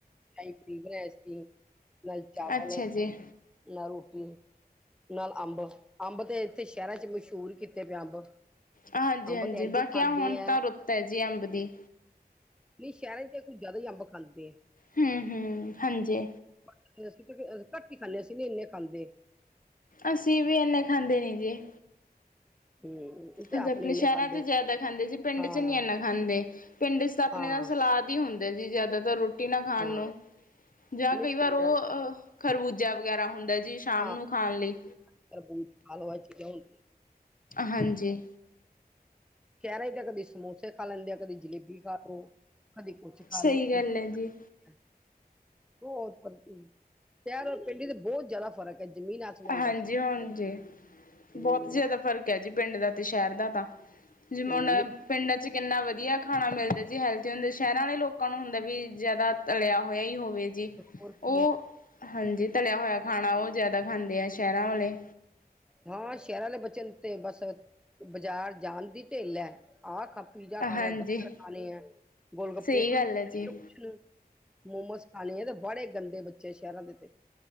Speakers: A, in the centre; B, on the left.
A: ਅਈ ਪਨ ਬਨਾਇਆ ਸੀ, ਨਾਲੇ ਚਾਵਲ
B: ਅੱਛਾ ਜੀ
A: ਨ ਰੋਟੀ। ਨਾਲ ਅੰਬ, ਅੰਬ ਤੇ ਏਥੇ ਸ਼ਹਿਰਾਂ ਚ ਮਸੂ਼ਰ ਕੀਤੇ ਪਏ ਅੰਬ।
B: ਹਾਂਜੀ
A: ਅੰਬ
B: -ਹਾਂਜੀ,
A: ਤੇ ਇੰਝ
B: ਬਾਕਿਆ
A: ਖਾਂਦੇ
B: ਹੁਣ
A: ਹੈ
B: ਤਾਂ ਰੁੱਤ ਆ ਜੀ ਅੰਬ ਦੀ।
A: ਨੀ ਸੈ਼ਰਾਂ ਚ ਕੁਝ ਯਾਦਾ ਈਅੰਬ ਖਾਂਦੇ ਆ।
B: ਹੂੰ-ਹੂੰ, ਹਾਂਜੀ
A: <inaudible> ਅਸੀਂ ਘੱਟ ਈ ਖਾਨੇਂ ਅਸੀਂ ਨੀ ਏਨੇ ਖਾਂਦੇ
B: ਅਸੀਂ ਵੀ ਐਂਨੇ ਖਾਂਦੇ ਨੀ ਜੀ
A: <unintelligible> ਤੇ
B: ਹਜੇ
A: ਆਪ
B: ਅਪਨੇ
A: ਨੀ ਇੰਨੇ
B: ਸੈ਼ਰਾ
A: ਖਾਂਦੇ
B: ਚ ਯਾਦਾ ਖਾਂਦੇ ਜੀ ਪਿੰਡ
A: ਹਾਂ,
B: ਚ ਨੀ ਐਨਾ ਖਾਂਦੇ। ਪਿੰਡ ਚ ਅਪਨੇ
A: ਹਾਂ,
B: ਤਾਂ ਸਲਾਦ ਈ ਹੁੰਦਾ ਜੀ ਯਾਦਾਤਾਰ ਰੋਟੀ ਨਾ ਖਾਣ
A: ਹਾਂ
B: ਨੂੰ। ਜਾਂ
A: ਨਹੀਂ
B: ਕਈ ਵਾਰ
A: ਪਿੰਡਾਂ
B: ਉ ਅ ਖਰਵੂਜਾ ਵਗੈਰਾ ਹੁੰਦਾ ਜੀ ਸ਼ਾਮ
A: <inaudible>
B: ਨੂੰ ਖਾਣ ਲਈ ਹਾਂਜੀ
A: ਕੈ ਰਏ <unintelligible> ਸਮੋਸੇ ਖਾ ਲੈਂਦੇ ਆ ਕਦੇ ਜਲੇਬੀ ਖਾ ਲੋ, ਕਦੇ ਕੁਛ ਖਾ
B: ਸਹੀ
A: ਲੋ <unintelligible>
B: ਗੱਲ ਹੈ ਜੀ
A: ਸੈ਼ਰ ਔਰ ਪੇਂਡੀ ਤੇ ਬੋ ਯਾਦਾ ਫ਼ਰਕ ਹੈ ਜ਼ਮੀਨ ਆਸਮਾਨ
B: ਆਜੀ
A: ਦਾ ਫ਼ਰਕ
B: ਹੋਣ ਜੀ,
A: ਹੂੰ,
B: ਬਹੁਤ ਜ਼ਿਆਦਾ ਫ਼ਰਕ ਕ ਜੀ ਪਿੰਡ ਦਾ ਤੇ ਸ਼ਹਿਰ ਦਾ ਤਾਂ, ਜਿਵੇ
A: ਹੂੰ
B: ਹੁਨ ਪਿੰਡਾਂ ਚ ਕਿੰਨਾ ਵਦੀਆ ਖਾਣਾ ਮਿਲ ਹੈਲਥੀ ਹੁੰਦੇ ਸੈ਼ਰਾ ਵਾਲੇ ਲੋਕਾਂ ਨੂੰ ਹੁੰਦਾ ਵੀ, ਜ਼ਿਆਦਾ ਤਲਿਆ ਹੋਇਆ ਈ ਹੋਵੇ ਜੀ
A: ਹੋਰ
B: ਓ,
A: ਕੀ ਹੈ
B: ਹਾਂਜੀ ਤਲਿਆ ਹੋਇਆ ਖਾਣਾ ਓ ਯਾਦਾ ਖਾਂਦੇ ਆ ਸ਼ਹਿਰਾਂ ਵਾਲੇ
A: ਨਾਂ ਸੈ਼ਰਾਂ ਅਲ ਬਚਨ ਤੇ ਬਸ ਬਾਜ਼ਾਰ ਜਾਣ ਦੀ ਢਿੱਲ ਐ ਆ ਖ ਪੀਜ਼ਾ ਖਾਣਾ
B: ਹਾਂਜੀ
A: ਬਰਗਰ ਖਾਣੇ ਆ ਗੋਲ ਗੱਪੇ
B: ਸਹੀ
A: ਖਾਣੇ
B: ਗੱਲ ਹੈ ਜੀ
A: ਕੁਛ ਨੂੰ ਮੋਮੋਸ ਖਾਣੇ ਆ ਤੇ ਬਾੜੇ ਗੰਦੇ ਬੱਚੇ ਸ ਸੈ਼ਰਾਂ ਦੇ ਤੇ